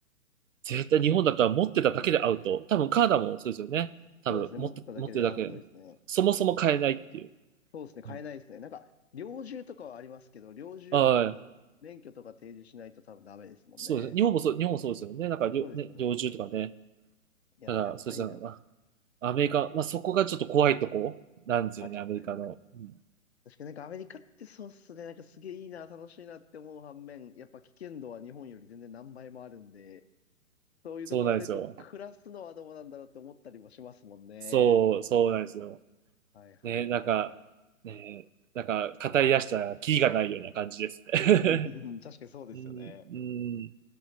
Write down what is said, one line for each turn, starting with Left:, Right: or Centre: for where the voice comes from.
Right: 絶対日本だったら持ってただけでアウト。多分カナダもそうですよね。多分持って、
Left: そうですね。持ってただけでアウトですね。
Right: 持ってるだけ。そもそも買えないっていう。
Left: そうですね。買えないですね。
Right: うん
Left: なんか、猟銃とかはありますけど、猟銃も多分、
Right: はい。
Left: 免許とか提示しないと多分ダメですもんね。
Right: そうです。日本もそう、日本もそうですよね。なんか、猟ね、
Left: そうですよね。
Right: 猟銃とかね。
Left: いやー、
Right: ただ、
Left: やばいな。
Right: そうですね。あアメリカ、まあ、そこがちょっと怖いとこなんですよね、
Left: はい、
Right: アメリカの。
Left: はい、はい。
Right: うん、
Left: 確かになんかアメリカってそうっすね。なんかすげえいいな、楽しいなって思う反面、やっぱ危険度は日本より全然何倍もあるんで、そういうところで言うと、
Right: そうなんですよ。
Left: 暮らすのはどうなんだろうって思ったりもしますもんね。
Right: そう、そうなんですよ。
Left: はいはいはいはい。
Right: ね、なんか、ね、なんか、語り出したら、キリがないような感じですね。
Left: <laughs> うん、確かにそうですよね。
Right: <laughs> うん、うん